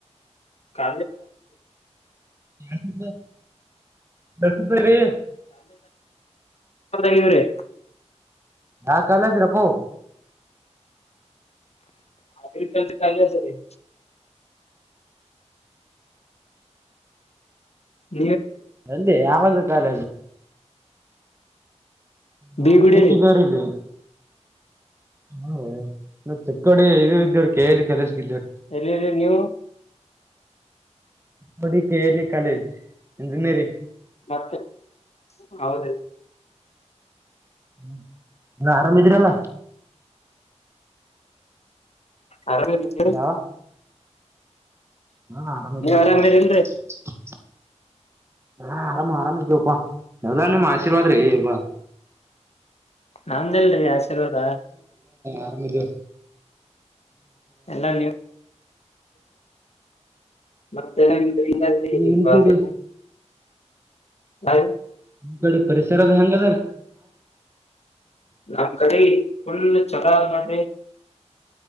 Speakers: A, on the left; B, on the right.
A: ಕಾಲ
B: ಎಕ್ಕ ಬಸತ ರೀ
A: ದೂ ರೇ
B: ಹಾ ಕಾಲಜ ರಕೋ
A: ಆರ್ಗ್ರಿಕಲ್ಚ ಕ ಸ ರ ಹ್ಮ
B: ಅಲ್ಲಿ ಯಾವ ಕಾಲ ಹಾ
A: ಬೀಗುಡಿ
B: ಇದಕ್ಕಿದರಿಲ್ಲಿ
A: ರೀ
B: ಹ ನಾ ಚಿಕ್ಕಡಿ ಇದು ಇದ್ದೇವ್ರ ಕೇಳಿ ಕೆಲಸಿದೇವ
A: ಎಲ್ಲಿ ನೀವು
B: ನೋಡಿಿಕ ಕೆ ಲ್ ಇ ಕಾಲೇಜ್ ಎನ್ನರಿ
A: ಮತ್ತೆ ಹೌದುರೀ
B: ಹ್ಮ ನೀ ಆರಾಮಿದೀ್ರಲ್ಲ
A: ಅರಾಮ ಇದೀವಿ ನೀವು
B: ಹಲೋ ಹಾ ಆರಾಮ ಅದೀವಿ ಹೇಳ್
A: ಆರಾಮಿರಿಲ್ರಿ
B: ಅಪ್ಪ ನಾ ಆರಾಮ ಆರಾಮಪಾ ಎಲ್ಲಾ ನಿಮ್ ಆಶೀರ್ವಾದ ರಪಾ
A: ಹಾ ಅಂದಲ್ರರಿ ಆಶೀರ್ವಾದ
B: ಅರಾಮ್ ಅದೀವಿ
A: ಎಲ್ಲ ನೀವು ಮತ್ತೆ <unintelligible> ಂಗಿ
B: ನಿಮ್
A: ಪತ್ರ
B: ಕಡೆ
A: ಹ
B: ನಿಮ್ಮ್ ಕಡೆ ಪರಿಸರದ ಹೆಂಗ ಅದ ರೀ
A: ನಮ್ಮ ಕಡಿ ಫುಲ್ ಚಲ ಮಾಡಿ